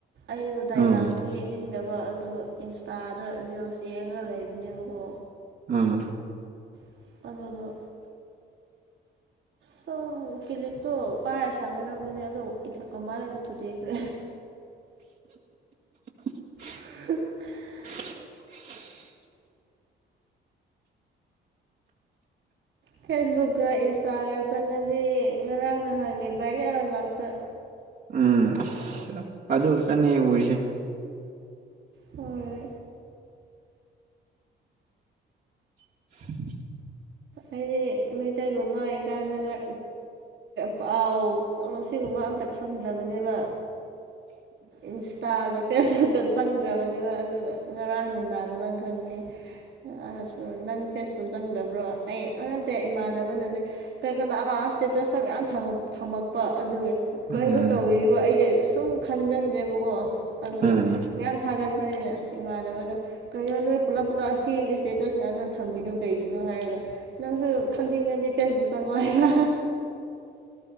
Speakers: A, on the right; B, on the right.
A: ꯑꯩꯗꯣ ꯗꯥꯏꯒ꯭ꯔꯥꯝꯁꯨ
B: ꯎꯝ
A: ꯌꯦꯡꯅꯤꯡꯗꯕ ꯑꯗꯨꯒ ꯏꯟꯁꯇꯥ ꯑꯥꯗ ꯔꯤꯜꯁ ꯌꯦꯡꯉ ꯂꯩꯕꯅꯦꯕꯀꯣ
B: ꯎꯝ
A: ꯑꯗꯨ ꯁꯨꯝ ꯀꯤꯂꯤꯠꯇꯣ ꯄꯥꯏꯔ ꯁꯥꯟꯅꯔꯝꯕꯅꯦ ꯑꯗꯣ ꯏꯊꯛꯀ ꯃꯥꯅꯅ ꯈꯨꯗꯒꯦ
B: <unintelligible>
A: <inaudible>
B: <inaudible>
A: ꯐꯦꯁꯕꯨꯛ ꯏꯟꯁꯇꯥꯒ꯭ꯔ ꯁ ꯑꯗꯨ ꯉꯔꯥꯡ ꯅꯍꯥꯟꯅꯦ ꯚꯥꯏꯔꯌꯥ ꯉꯥꯛꯇ
B: ꯎꯝ ꯑꯁ ꯑꯗꯨ ꯈꯛꯇꯅꯦ ꯎꯔꯤꯁꯦ
A: ꯍꯣꯏ
B: <unintelligible>
A: ꯑꯩꯗꯤ ꯃꯩꯇꯩꯂꯣꯟ ꯉꯥꯡꯉ ꯀꯥꯟꯗꯒ ꯄꯥꯎ ꯀ ꯁꯤꯒꯨꯝꯕ ꯑ ꯈꯪꯗ꯭ꯔꯕꯅꯦꯕ ꯏꯟꯁꯇꯥꯒ ꯐꯦꯁꯕꯨꯛꯀ ꯆꯪꯈ꯭ꯔꯕꯅꯦꯕ ꯑꯗꯨꯒ ꯉꯔꯥꯡ ꯅꯨꯡꯗꯥꯡꯒꯗꯪ ꯍꯪꯉꯦ ꯑ ꯅꯪ ꯐꯦꯁꯕꯨꯛ ꯆꯪꯗꯕ꯭ꯔꯣ ꯑꯩ ꯅꯠꯇꯦ ꯏꯃꯥꯟꯅꯕꯅꯅꯦ ꯀꯩ ꯀꯅꯥ ꯀꯅꯥ ꯏꯁꯇꯦꯇꯁꯇ ꯃꯌꯥꯝ ꯊꯝꯃꯛꯄ ꯑꯗꯨꯒ ꯀꯩꯅꯣ
B: ꯎꯝ
A: ꯇꯧꯔꯤꯕ ꯑꯩꯗꯤ ꯁꯨꯝ ꯈꯟꯖꯟꯗꯦꯕ ꯀꯣ ꯑꯗꯨꯒ
B: ꯎꯝ
A: ꯃꯌꯥꯝ ꯊꯥꯒꯠꯄꯅꯤꯅ ꯏꯃꯥꯟꯅꯕꯗ ꯀꯩꯅꯣ ꯅꯣꯏ ꯄꯨꯂꯞ ꯄꯨꯂ ꯑꯁꯤ ꯏꯁꯇꯦꯇꯁ ꯉꯥꯛꯇ ꯊꯝꯃꯤꯗꯨꯣ ꯀꯩꯒꯤꯅꯣ ꯍꯥꯏꯔꯒ ꯅꯪꯁꯨ ꯈꯪꯅꯤꯡꯉꯗꯤ ꯐꯦꯁꯕꯨꯛ ꯆꯉ ꯍꯥꯏꯕ